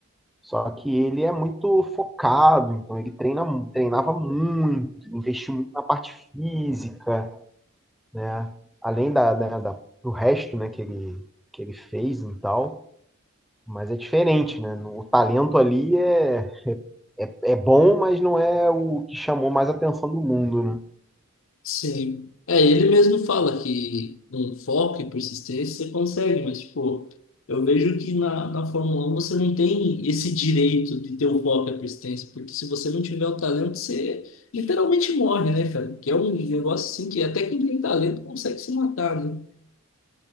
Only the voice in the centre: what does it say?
Só que ele é muito focado, então ele treina, treinava muito, investiu muito na parte física, né? Além da, da, da do resto, né, que ele, que ele fez e tal. Mas é diferente, né, o talento ali é é é bom, mas não é o que chamou mais atenção do mundo, né.